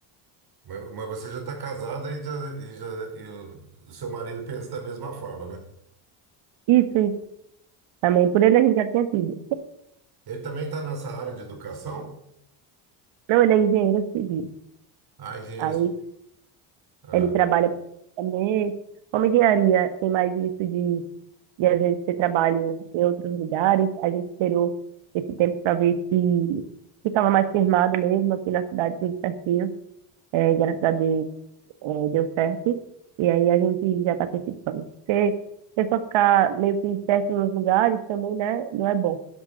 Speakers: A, on the right; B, on the right.
A: Mas, mas você já está casada e, já, e, já, e o, o seu marido pensa da mesma forma, né?
B: Isso, isso também, por ele a gente já tinha tido.
A: Ele também está nessa área de educação?
B: Não, ele é engenheiro civil.
A: Ah, engenheiro
B: Aí
A: civil. Ah,
B: ele trabalha também. Como engenharia tem mais isso de e às vezes ter trabalho em outros lugares. A gente esperou esse tempo para ver se ficava mais firmado mesmo aqui na cidade, tudo certinho. É, e graças a Deus, é, deu certo. E aí a gente já está com esse plano. Porque você só ficar meio que certo nos lugares também, né, não é bom.